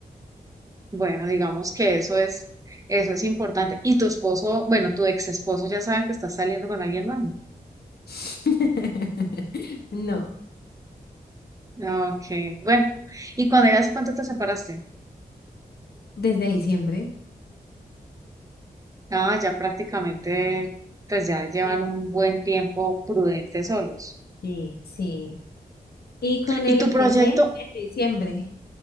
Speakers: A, on the right; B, on the left.
A: Bueno, digamos que eso es, eso es importante. Y tu esposo, bueno, tu ex esposo ya sabe que estás saliendo con alguien más, ¿no?
B: <laughs> No,
A: Ok, bueno. ¿Y cuando ya hace cuánto te separaste?
B: desde diciembre.
A: Ah, ya prácticamente, pues ya llevan
B: Sí,
A: un buen tiempo prudente solos.
B: sí. sí. Y con
A: ¿Y
B: él
A: tu
B: empecé
A: proyecto,
B: desde diciembre.